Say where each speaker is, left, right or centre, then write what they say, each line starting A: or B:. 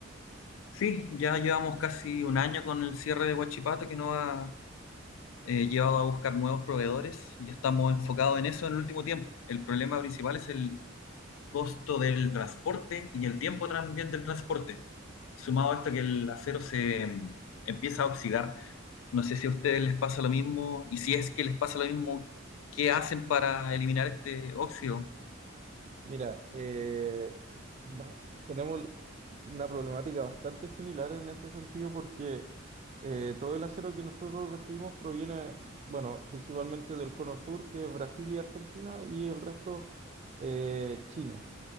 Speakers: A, on the left (about 75°); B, on the right (about 35°).
A: Sí, ya llevamos casi un año con el cierre de Huachipato que nos ha eh, llevado a buscar nuevos proveedores y estamos enfocados en eso en el último tiempo. El problema principal es el costo del transporte y el tiempo también del transporte. Sumado a esto que el acero se mm, empieza a oxidar. No sé si a ustedes les pasa lo mismo y si es que les pasa lo mismo, ¿qué hacen para eliminar este óxido?
B: Mira, eh, ba- tenemos una problemática bastante similar en ese sentido porque eh, todo el acero que nosotros recibimos proviene, bueno, principalmente del Cono Sur, que es Brasil y Argentina, y el resto eh, chino.